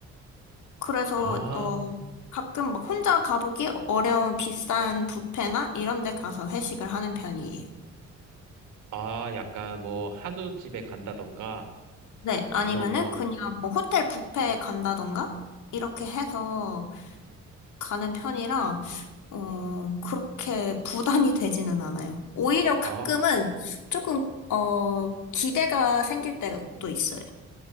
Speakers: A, on the left (about 75°); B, on the right (about 80°).
A: 그래서,
B: 아,
A: 어, 가끔 막 혼자 가보기 어려운 비싼 뷔페나 이런 데 가서 회식을 하는 편이에요.
B: 아, 약간 뭐 한우집에 간다던가
A: 네, 아니면은
B: 이런 거.
A: 그냥 뭐 호텔 뷔페에 간다던가, 이렇게 해서 가는 편이라, 어, 그렇게 부담이 되지는 않아요. 오히려 가끔은
B: 아,
A: 조금, 어, 기대가 생길 때가 또 있어요.